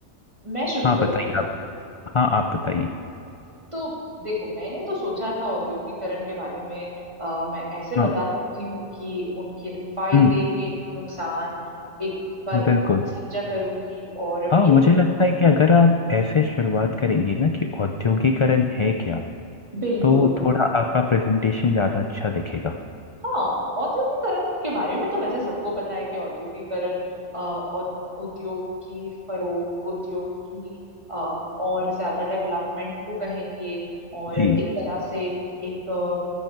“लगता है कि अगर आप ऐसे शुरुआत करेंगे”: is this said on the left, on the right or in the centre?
Left